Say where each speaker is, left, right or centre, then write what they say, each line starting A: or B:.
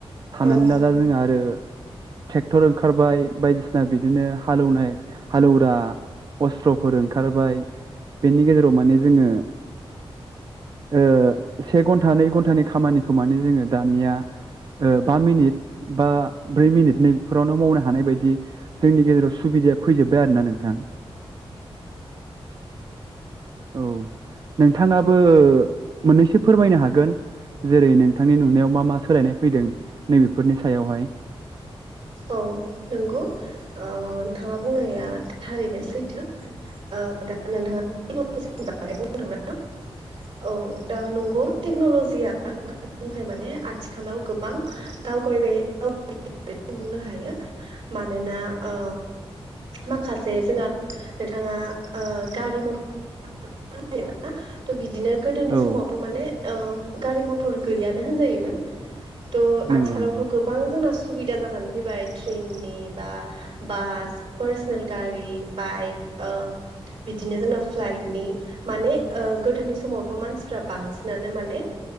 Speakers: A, on the right; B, on the right.
A: साननानै
B: औ औ
A: ला दा जोंहा आरो ट्रेक्टर ओंखारबाय बायदिसिना बिदिनो हालौनाय हालेवग्रा अस्त्रफोर ओंखारबाय बेनि गेजेराव माने जोङो ओ से घन्टा नै घन्टानि खामानिखौ माने जोङो दानिया ओ बा मिनिट बा ब्रै मिनिट नैबेफोरावनो मावनो हानाय बायदि जोंनि गेजेराव सुबि दायो फैजोबबाय आरोना नोंथां औ नोंथाङाबो मोननैसो फोरमायनो हागोन जेरै नोंथांनि नुनायाव मा मा सोलायनाय फैदों नैबेफोरनि सायावहाय
B: औ नंगौ ओ नोंथाङा बुंनाया थारैनो सैथो ओ दा नोंथाङा <unintelligible>
A: <inaudible>
B: औ दा नंगौ टेक्नलजि <unintelligible> माने आथिखालाव गोबां दावगबाय <unintelligible> बुंनो हायो मानोना ओ माखासे जोंहा नोंथाङा ओ गारि मथर <unintelligible> थ' बिदिनो गोदोनि
A: औ
B: समावथ' माने ओ गारि मथर गैयानो होनजायोमोन थ
A: नंगौ
B: आथिखालावथ'
A: नंगौ
B: गोबां जोंना सुबिदा जानानै फैबाय ट्रेननि बा बास पार्सनेल गारि बाइक ओ बिदिनो जोंना फ्लाइटनि माने ओ गोदोनि समावथ' मानसिफ्रा बांसिनानो माने